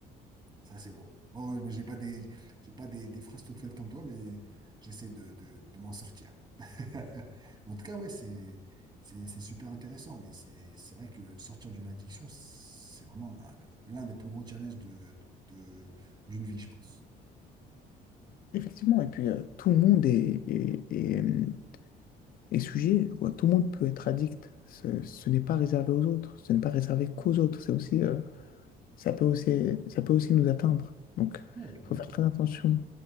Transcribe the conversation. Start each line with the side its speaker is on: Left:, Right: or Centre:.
Right: ça c'est beau. Bon, mais j'ai pas des, j'ai pas des, des phrases toutes faites comme toi, mais j'essaie de, de de m'en sortir. <laughs> En tout cas, ouais, c'est c'est- c'est super intéressant. Et c'est c'est vrai que sortir d'une addiction, c'est vraiment un- l'un des plus gros challenges de, de- d'une vie, je pense.
Left: Effectivement, et puis euh, tout le monde est, est, est, euh, est sujet, quoi. Tout le monde peut être addict. Ce, ce n'est pas réservé aux autres, ce n'est pas réservé qu'aux autres. C'est aussi euh, ça peut aussi, ça peut aussi nous atteindre. Donc,
Right: Ouais, clairement,
Left: il faut faire très attention.